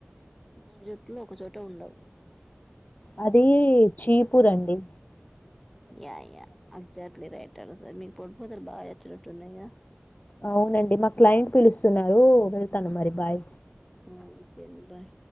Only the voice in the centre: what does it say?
మూడు జుట్లు ఒకచోట ఉండవు
యా యా ఎక్జాట్లీ రైట్ పెారా సార్ మీకు పడిపోత బాగా ఎచ్చినట్టున్నాయి
ఆ ఓకేండి బాయ్